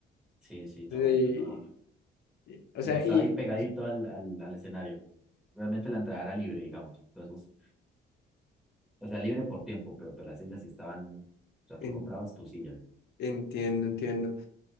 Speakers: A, in the centre; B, on the left (about 60°).
A: Sí, sí, no.
B: Sí,
A: Y yo no.
B: y- o
A: Y
B: sea,
A: yo estaba
B: y
A: ahí pegadito al, al, al escenario. Realmente la entrada era libre, digamos. Entonces, o sea, libre por tiempo, pero pues las sillas sí estaban. O sea, tú
B: en-
A: comprabas tu silla.
B: entiendo, entiendo.